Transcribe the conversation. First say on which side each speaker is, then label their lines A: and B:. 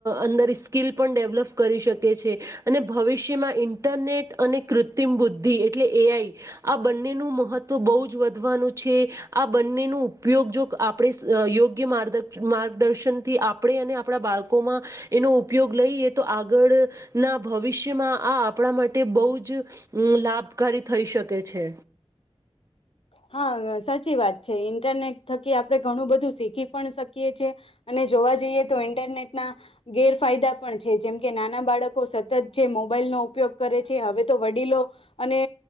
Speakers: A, on the right; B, on the left.
A: અંદર સ્કીિલ પણ ડેવલપ કરી શકે છે અને ભવિષ્યમાં ઇન્ટરનેટ અને કૃત્રિમ બુદ્ધિ એટલે એઆ આ બંનેનું મહત્ત્વ બહુ જ વધવાનું છે આ બંનેનો ઉપયોગ જો આપણે યોગ્ય મા માર્ગદર્શનથી આપણે અને આપણા બાળકોમાં એનો ઉપયોગ લઈએ તો આગળના ભવિષ્યમાં આ આપણા માટે બહુ જ લાભકારી થઈ શકે છે
B: હા ગ સાચી વાત છે ઇન્ટરનેટ થકી આપણે ઘણું બધું શીખી પણ શકીએ છીએ અને જોવા જઈએ તો ઈન્ટરનેટના ગેરફાયદા પણ છે જેમ કે નાના બાળકો સતત જે મોબાઈલનોો ઉપયોગ કરે છે હવે તો વડીલો અને